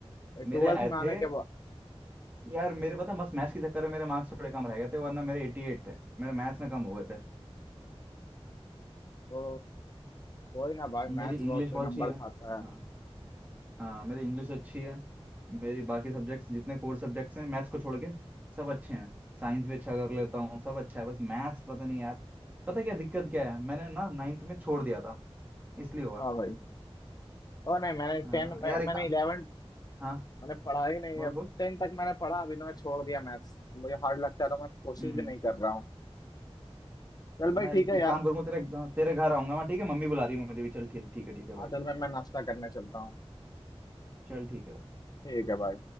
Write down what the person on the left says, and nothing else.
ये 12th
में आने
के बाद
ओ कोई ना भाई मैथ्स
बहुत कोई
नंबर
खाता है
हाँ भाई ओ नहीं मैंने 10
मैं,
मैंने 11
मैंने पढ़ा ही नहीं
अब
टेन तक मैंने पढ़ा अभी तो मैं छोड़ दिया मैथ्स मुझे हार्ड लगता है तो मैं कोशिश
भी नहीं कर रहा हूँ चल
भाई
ठीक
है
यार
हाँ चल मैं मैं नाश्ता करने चलता हूँ
ठीक है भाई